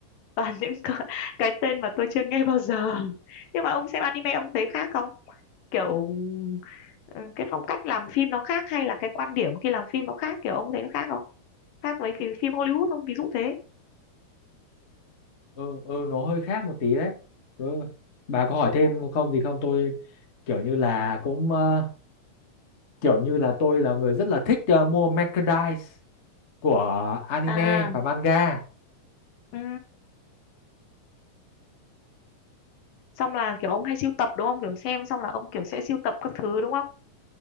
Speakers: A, on the left (about 75°); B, on the left (about 30°).
A: toàn những cái, cái tên mà tôi chưa nghe bao giờ nhưng mà ông xem anime ông thấy khác không kiểu ừ, cái phong cách làm phim nó khác hay là cái quan điểm khi làm phim nó khác kiểu ông thấy nó khác không khác với cái phim Hollywood không ví dụ thế
B: ừ ừ nó hơi khác một tí đấy ừ. bà có hỏi thêm không gì không tôi kiểu như là cũng ờ, kiểu như là tôi là người rất là thích ờ, mua merchandise của anime
A: À,
B: và manga
A: ừ. xong là kiểu ông hay sưu tập đúng không kiểu xem xong là ông kiểu sẽ sưu tập các thứ đúng không?